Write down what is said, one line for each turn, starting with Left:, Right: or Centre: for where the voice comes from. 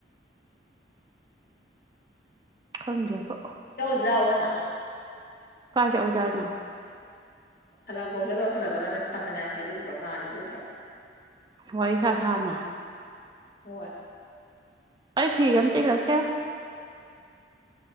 Right: ꯈꯪꯗꯦꯕ
Left: ꯂꯎꯒꯅ
Right: ꯀꯥꯏ ꯆꯎꯖꯥꯅ
Left: ꯁꯂꯞ ꯀꯧꯁꯂꯧ ꯍꯜꯂꯛꯀꯗ ꯅꯅꯦ ꯊꯝꯕꯅꯦꯈꯩꯖꯨꯗ꯭ꯔꯣ ꯉꯥ ꯂꯩꯖꯨꯗ꯭ꯔꯣ
Right: ꯋꯥꯏ ꯁꯥ ꯁꯥꯥꯅ
Left: ꯍꯣꯏ
Right: ꯑꯩ ꯐꯤ ꯊ ꯀ ꯀꯦ